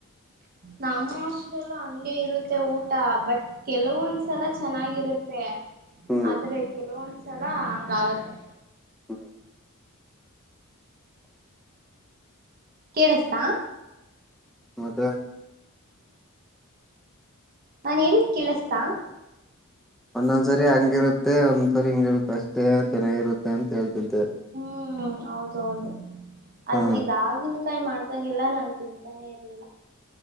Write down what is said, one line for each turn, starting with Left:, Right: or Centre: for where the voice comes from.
Right: ನಮ್ಮ ಸ್ಲಲ್ಲೂ ಹಂಗೆ ಇರುತ್ತೆ ಊಟ ಬಟ್ ಕೆಲವೊಂದ್ಸಲ ಚೆನ್ನಾಗಿರುತ್ತೆ
Centre: ಹ್ಮ್
Right: ಆದ್ರೆ ಕೆಲವೊಂದ್ಸಲ ಹಂಗ ಆಗತ್ತೆ
Centre: ಹ್ಮ
Right: ಕೇಳುಸ್ತಾ
Centre: ಮತ್ತೆ
Right: ನನ್ ಹೇಳಿದ ಕೇಳಿಸತಾ
Centre: ಒಂದೊಂದ್ಸರಿ ಹಂಗಿರುತ್ತೆ ಒಂದ್ಸರಿ ಹಿಂಗಿರುತ್ತೆ ಅಷ್ಟೇ ಚೆನ್ನಾಗಿರುತ್ತೆ ಅಂತ ಹೇಳ್ತಂತೇ
Right: ಹ್ಮ್ ಹೌದೌದು ಆದ್ರ
Centre: ಹಾ
Right: ಇದಾಗ್ಲುಕಾಯಿ ಮಾಡ್ದಾಗ ಎಲ್ಲ ನನ್ ತಿಂತಾನೆ ಇರ್ಲಿಲ್ಲ